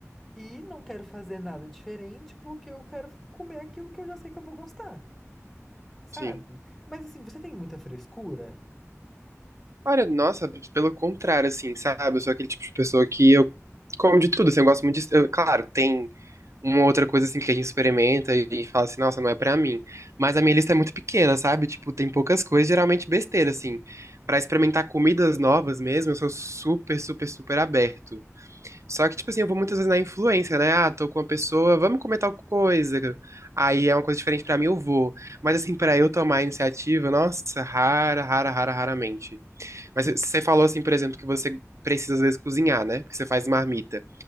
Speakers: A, in the centre; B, on the right (about 65°).
A: E não quero fazer nada diferente, porque eu quero comer aquilo que eu já sei que eu vou gostar, sabe?
B: sim.
A: Mas assim, você tem muita frescura?
B: Olha, nossa, pelo contrário, assim, sabe? Eu sou aquele tipo de pessoa que eu como de tudo, assim, eu gosto muito de... eu- claro, tem uma outra coisa assim que a gente experimenta e fala assim, nossa, não é pra mim. Mas a minha lista é muito pequena, sabe? Tipo, tem poucas coisas, geralmente besteira, assim. Pra experimentar comidas novas mesmo, eu sou super, super, super aberto. Só que, tipo assim, eu vou muitas vezes na influência, né? Ah, tô com uma pessoa, vamos comer tal coisa. Aí é uma coisa diferente pra mim, eu vou. Mas, assim, pra eu tomar a iniciativa, nossa, rara, rara, rara, raramente. Mas você falou, assim, por exemplo, que você precisa, às vezes, cozinhar, né? Porque você faz marmita.